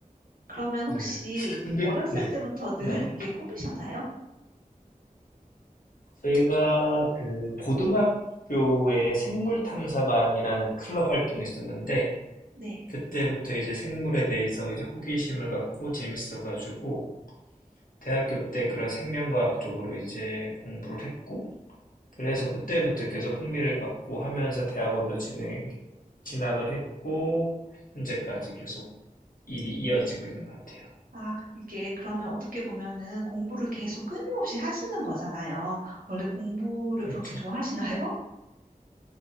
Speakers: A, on the right; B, on the left.
A: 그러면
B: 네.
A: 혹시
B: 근데,
A: 어렸을
B: 네.
A: 때부터 늘
B: 네.
A: 이게 꿈이셨나요?
B: 저희가 그 고등학교에 생물탐사반이라는 클럽 활동이 있었는데,
A: 네.
B: 그때부터 이제 생물에 대해서 이제 호기심을 갖고 재밌어가지고, 대학교 때 그런 생명과학 쪽으로 이제 공부를 했고, 그래서 그때부터 계속 흥미를 갖고 하면서 대학원도 진행, 진학을 했고 현재까지 계속 일이 이어지고 있는 것 같아요.
A: 아, 이게 그러면 어떻게 보면은 공부를 계속 끊임없이 하시는 거잖아요. 원래 공부를
B: 그렇죠.
A: 그렇게 좋아하시나요?